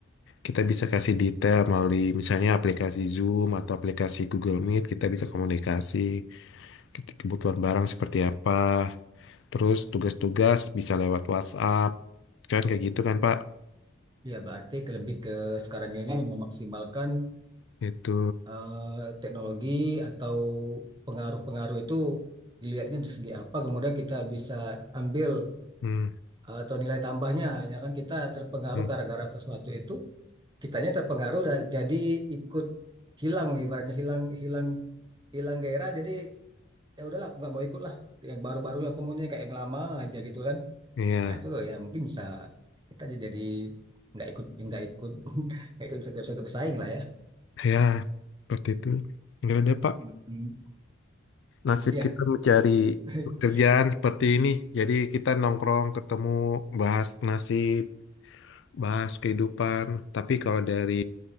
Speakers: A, on the left; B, on the right.
A: Kita bisa kasih detail melalui misalnya aplikasi Zoom atau aplikasi Google Meet, kita bisa komunikasi ke- kebutuhan barang seperti apa. Terus tugas-tugas bisa lewat WhatsApp. Kan kayak gitu kan, Pak?
B: Ya, berarti ke- lebih ke sekarang ini memaksimalkan
A: Itu.
B: eh, teknologi atau pengaruh-pengaruh itu dilihatnya dari segi apa, kemudian kita bisa ambil
A: Hmm,
B: eh, atau nilai tambahnya. Ya kan kita terpengaruh
A: hmm,
B: gara-gara sesuatu itu, kitanya terpengaruh dan jadi ikut hilang, ibaratnya hilang hilang hilang gairah. Jadi ya udahlah, aku nggak mau ikut lah. Yang baru-baru yang kemudian kayak yang lama aja gitu kan.
A: iya.
B: Nah itu ya mungkin bisa kita aja jadi nggak ikut nggak ikut <laughs> nggak ikut bisa nggak bisa bersaing lah ya.
A: Ya, seperti itu. Enggak ada, Pak.
B: Mm-mm.
A: Nasib
B: Iya.
A: kita mencari
B: <laughs>
A: pekerjaan seperti ini. Jadi kita nongkrong, ketemu, bahas nasib, bahas kehidupan. Tapi kalau dari